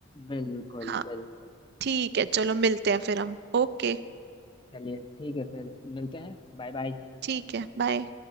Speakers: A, on the left; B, on the right.
A: बिल्कुल
B: हाँ
A: बिल्कुल
B: ठीक है चलो मिलते हैं फिर हम ओके
A: चलिए ठीक है फिर मिलते हैं बाय बाय
B: ठीक है बाय